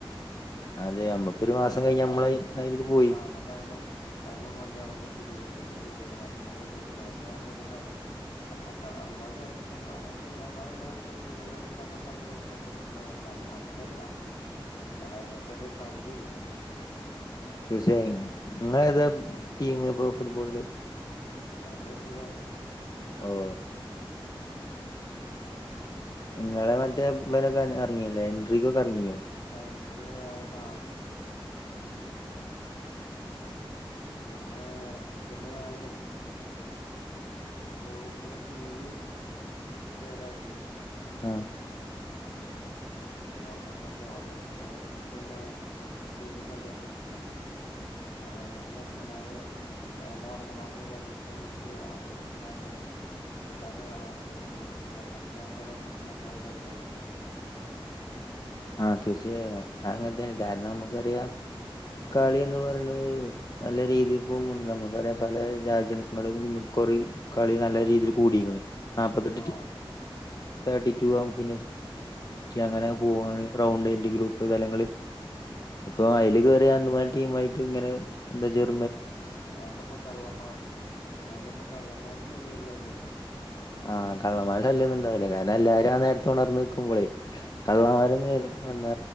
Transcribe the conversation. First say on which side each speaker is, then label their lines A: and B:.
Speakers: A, on the left (about 45°); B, on the left (about 65°).
A: അതെ നമ്മുക്കൊരു മാസം
B: ആഹ് അന്നിട്ടയ്നോ
A: കഴിഞ്ഞ നമ്മള അതില് പോയി
B: ആഹ് അന്നിട്ടയ്നോ അയ്നും വേണ്ടി അവിട്ന്ന് പിരിവ്തില് പിരിവ് ആയ് റ്റൊല പിരിവ് അത് പറഞ്ഞിടട്ടൊന്നും തരാത്തെ നമ്മള ഫാ അവമ്മാര് ചെ ചെക്കമ്മ ചങ്ങായ്മാരന്നെ പെ പിരിവ് വ് തമ്മി തമ്മി എടുത്തിട്ട് എടുക്കണത്ണ്ടാവും അങ്ങനെയല്ലാ എന്നാലും അയിനക്കൊരു പരിധില്ലേ
A: തീർച്ചയായും നിങ്ങള് ഏതാ ടീം ഇപ്പൊ ഫുട്ബോളില്.
B: ഞാൻ ബ്രസീലാണ്.
A: ഓഹ്. നിങ്ങളെ മറ്റേ ബനൊക്കെ എറങ്ങില്ലേ എൻട്രിക്കൊക്കെ ഇറങ്ങീനോ?
B: എന്തൊക്കെ ആ പിന്നെ പിന്നെ ഞാനെ. ബോട്ടിലെ ടി വി ഏടായിട്ടായി
A: ആഹ
B: ആ ബൊക്കെ പോാലെ വീട്ടില് പിന്നെ ടി വിക്ക് എന്തോ പ്രശ്നുണ്ട് അ എന്നിട്ട് ചെക്കമായ ഒരു ഞെ ഉറങ്ങണട ജനക്ക് മുട്ടി ആകെ പ്രശ്നക്കി കൂട്ടാര പേടിച്ച അങ്ങനത്തെ കൊറെ പ്രശ്നങ്ങള കഴിഞ്ഞരുന്നല്ലേ
A: ആഹ തീർച്ചയായ അങ്ങനത്തെയാണ് കാരണം നമുക്കറിയാം കളിന്ന്
B: ആഹ്
A: പറയുന്നത് നല്ല രീതി ഇപ്പോ നമുക്കറിയ പല രാജ്യങ്ങളും കുറ കളി നല്ല രീതിയിൽ കൂടി നാപ്പ്ീെ
B: ആഹ് ആഹ്
A: തേർി ആുംെീെ അങ്ങനെെ പോവാണ് റൗണ്ട് അന്റെ ഗ്രൂപ്പ് തലങ്ങള്
B: ആഹ്
A: ഇപ്പൊ അതില് ട്ട്നെ
B: അതൊണ്ട്ിപ്പ കള്ളമ്മ അതണ്ട്ിപ്പൊ കള്ളമ്മന ശല് എല്ല കുടിക്കും
A: ആഹ് കള്ളമാ ശല്ൊന്നുണ്ടാവലേ ക പിെ എല്ലാവാരും ആ നേരത്തെ ഉണർന്നന്ന് നിക്കുമ്പോളേ കള്ളന്മാര
B: ആഹ്
A: എന്ന